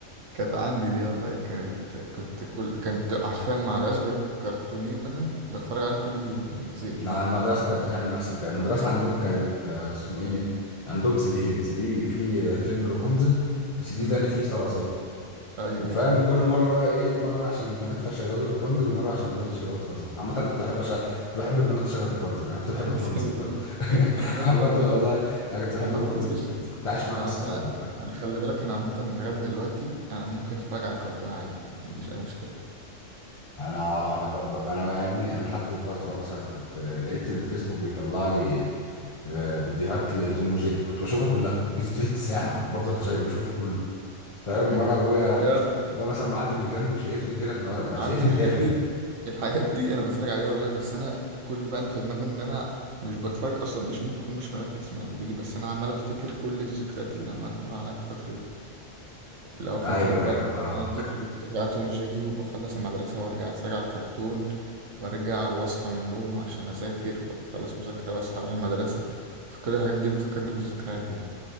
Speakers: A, on the right; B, on the left.
A: كانت عندي دي والله كانت كنت كل كانت عارفين ما غير كرتونين مثلا بتفرج عليهم كل يوم يعني زهقت
B: لا
A: منهم
B: المدرسه كانت بتعمل نفس الكلام المدرسه عندنا كانت آه، اسمه ايه عندهم سي ديين سي دي في فيلم رابونزل وسي دي
A: امم
B: تاني فيه طرازات
A: ايوه
B: وفاهم
A: ايوه أيوه.
B: وكل مره بقى ايه مره عشان البنات فشغال رابنزل ومره عشان الولاد يشغلوا طرزان عامه انا كنت بحب أشغل... كنت بحب البنات تشغل رابنزل انا كنت
A: <laughs>
B: بحب
A: بتقول
B: رابنزل فاهم <laughs>
A: طيب انا بحب
B: عامه
A: برضه
B: والله
A: والله
B: انا كنت بحب
A: عامة
B: رابنزل
A: بص
B: بجد كنت عايش معاها
A: انا
B: قصه
A: بقى
B: حب فاهم
A: انا خلي بالك انا عامة لغاية دلوقتي انا ممكن اتفرج على كرتون عادي ما عنديش اي مشكلة
B: انا آه، انا ب... ب... انا يا ابني انا لحد فتره مثلا كنت لقيت الفيسبوك بيطلع لي آه، فيديوهات لتوم وجيري كنت بشوفها كلها فيديو تلت ساعه
A: <laughs>
B: بفضل شايف بشوفه كله فاهم
A: إيه،
B: وانا ابويا
A: يعني
B: ابويا مثلا معدي من جنبي وشايفني كده اللي هو
A: عارف
B: أنا- شايفني
A: إن الحاجات
B: تافه
A: دي الحاجات دي انا بتفرج عليها والله بس انا كل بقى اللي في دماغي ان انا مش بتفرج اصلا مش ممكن مش مركز مع الفيديو بس انا عمال افتكر كل الذكريات اللي عماله تمر عليا في الفترة دي لو فترة
B: ايوه
A: بقى
B: ايوه فاهم
A: أنا طفل كنت بقى توم جيري وبخلص المدرسة وأرجع أتفرج على كرتون وأرجع وأصحى من النوم عشان أذاكر وأخلص مذاكرة وأصحى أروح المدرسة فكل الحاجات دي بتفكرني بالذكريات يعني